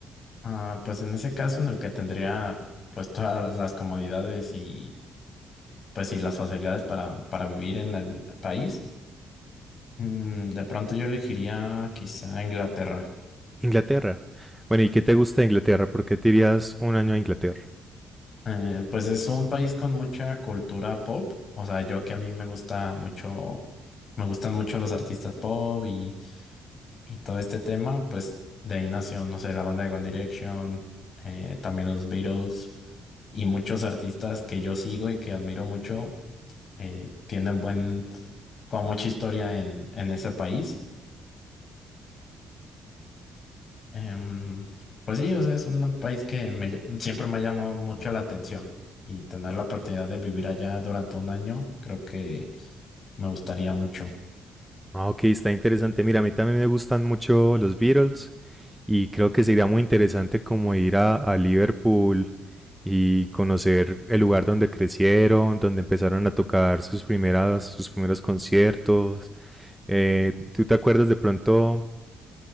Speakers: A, on the left; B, in the centre.
A: Ah, pues en ese caso en el que tendría pues todas las comodidades y pues y las facilidades para, para vivir en el país, mm, de pronto yo elegiría quizá Inglaterra.
B: Inglaterra. Bueno, ¿y qué te gusta de Inglaterra? ¿Por qué te irías un año a Inglaterra?
A: Eh, pues es un país con mucha cultura pop. O sea, yo que a mí me gusta mucho, me gustan mucho los artistas pop y, y todo este tema, pues de ahí nació, no sé, la banda de One Direction, eh, también los Beatles y muchos artistas que yo sigo y que admiro mucho, eh, tienen buen, como mucha historia en, en ese país. Em, pues sí, o sea, es un país que me ll- siempre me ha llamado mucho la atención y tener la oportunidad de vivir allá durante un año, creo que me gustaría mucho.
B: Ah, ok, está interesante. Mira, a mí también me gustan mucho los Beatles y creo que sería muy interesante como ir a, a Liverpool y conocer el lugar donde crecieron, donde empezaron a tocar sus primeras, sus primeros conciertos. Eh, ¿tú te acuerdas de pronto?